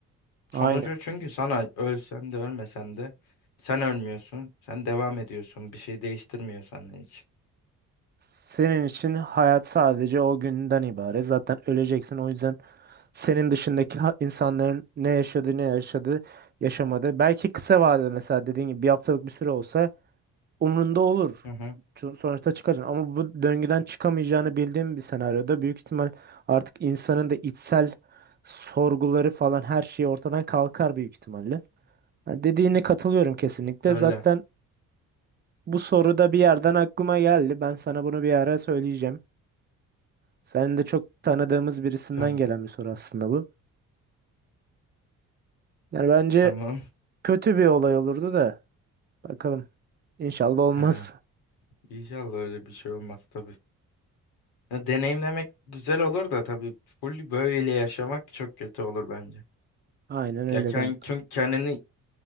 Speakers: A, on the left; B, on the right.
A: Sonucu
B: Aynen.
A: çünkü sana ölsen de ölmesen de sen ölmüyorsun. Sen devam ediyorsun. Bir şey değiştirmiyor senden hiç.
B: Senin için hayat sadece o günden ibaret. Zaten öleceksin. O yüzden senin dışındaki ha- insanların ne yaşadığı ne yaşadığı yaşamadı. Belki kısa vadede mesela dediğin gibi bir haftalık bir süre olsa umrunda olur.
A: Hı hı.
B: Ço- Sonuçta çıkacaksın. Ama bu döngüden çıkamayacağını bildiğim bir senaryoda büyük ihtimal artık insanın da içsel sorguları falan her şey ortadan kalkar büyük ihtimalle. Yani dediğine katılıyorum kesinlikle.
A: Öyle.
B: Zaten Bu soru da bir yerden aklıma geldi. Ben sana bunu bir ara söyleyeceğim. Senin de çok tanıdığımız birisinden
A: Tamam.
B: gelen bir soru aslında bu. Yani bence
A: Tamam.
B: kötü bir olay olurdu da bakalım. İnşallah
A: <laughs>
B: olmaz.
A: He. İnşallah öyle bir şey olmaz tabii. Ya, deneyimlemek güzel olur da tabii full böyle yaşamak çok kötü olur bence.
B: Aynen öyle
A: Ya kend-
B: kanka.
A: çünkü kendini